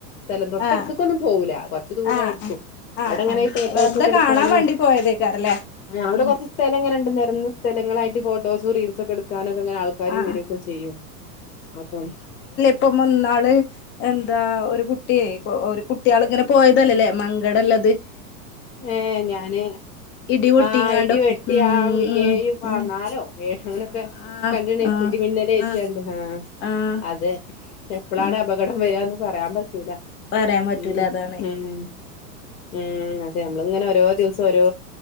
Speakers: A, on the left; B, on the left.
A: സ്ഥലം തൊട്ടടുത്ത്ക്കൊന്നും
B: ആഹ്
A: പോവൂല കൊർ ച്ച് ദൂരായ്രിക്കും
B: ആഹ് ആഹ് ആഹ്
A: അവ്ടങ്ങനെ
B: ആഹ്
A: ഈ ഫോട്ടോസക്കെട്ക്കാനും
B: വെറുതെ കാണാൻ വേണ്ടി പോയതേക്കാരല്ലേ
A: അവ്ടെ
B: ഉം
A: കൊറച്ച് സ്ഥലംങ്ങനെണ്ട് നെരന്ന സ്ഥലങ്ങളായിട്ട് ഫോട്ടോസും റീൽസെക്കെടുക്കാനക്കെങ്ങനാൾക്കാ ക്കാര്
B: ആഹ്
A: വരൊക്കെ ചെയ്യും അപ്പം
B: പ്പമ്മന്നാള് എന്താ ഒരു കുട്ടിയേ ഒരു കുട്ടിയാള്ങ്ങനെ പോയതല്ലല്ലേ! !!!!!!!!!
A: ഏഹ് ഞാന്
B: ഇടി പൊട്ടിങ്ങാണ്ടൊക്കെ
A: ആഹ് ഇടി വെട്ടി
B: ഉം
A: ആ
B: ഉം
A: ഏഴ് പാനാലോ
B: ഉം
A: ഏഹ് അങ്ങനൊക്കെ
B: ആഹ്
A: കണ്ട്ണ്
B: ആഹ് ആഹ്
A: ഇടിമിന്നലേറ്റിയാണ്ട്
B: ആഹ്
A: ആഹ്
B: ആഹ്
A: അതെ എപ്പളാണ്
B: ഉം
A: അപകടം വരാന്ന് പറയാം പറ്റൂല
B: പറയാൻ പറ്റൂല
A: ഉം
B: അതാണ്
A: ഉം ഉം അതെ അമ്മള്ങ്ങനെ ഓരോ ദിവസം ഓരോ